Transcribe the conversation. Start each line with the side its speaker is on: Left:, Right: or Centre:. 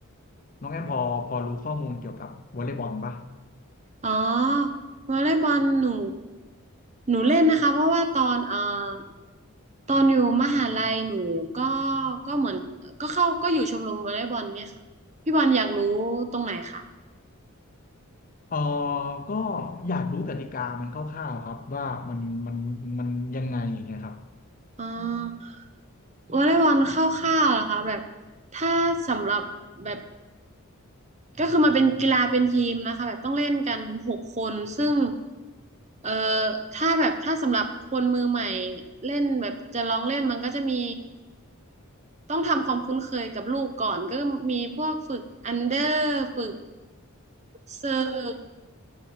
Left: น้องแอมพอพอรู้ข้อมูลเกี่ยวกับวอลเลย์บอลปะ
Right: อ๋อวอลเลย์บอลหนูหนูเล่นนะคะเพราะว่าตอนเอ่อตอนอยู่มหาลัยหนูก็ก็เหมือนก็เข้าก็อยู่ชมรมวอลเลย์บอลเนี่ยค่ะพี่บอลอยากรู้ตรงไหนคะ
Left: เออก็อยากรู้กติกามันคร่าวๆครับว่ามันมันมันยังไงอย่างเงี้ยครับ
Right: อ่าวอลเลย์บอลคร่าวๆเหรอคะแบบถ้าสำหรับแบบก็คือมันเป็นกีฬาเป็นทีมนะคะแบบต้องเล่นกันหกคนซึ่งเอ่อถ้าแบบถ้าสำหรับคนมือใหม่เล่นแบบจะลองเล่นมันก็จะมีต้องทำความคุ้นเคยกับลูกก่อนก็มีพวกฝึกอันเดอร์ฝึกเซิร์ฟ